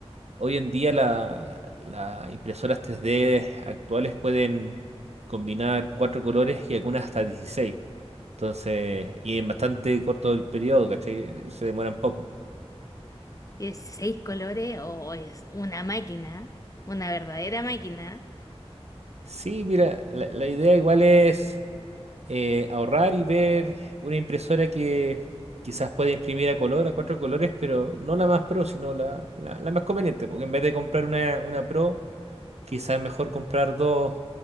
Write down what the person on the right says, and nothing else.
Hoy en día la- las impresoras 3D actuales pueden combinar cuatro colores y algunas hasta 16. Entonces, y en bastante corto el periodo, ¿cachai? Se demoran poco.
Sí, mira, la la idea igual es... eh, ahorrar y ver una impresora que quizás pueda imprimir a color, a cuatro colores, pero no la más pro, sino la, la- la más conveniente, porque en vez de comprar una, una pro, quizás es mejor comprar dos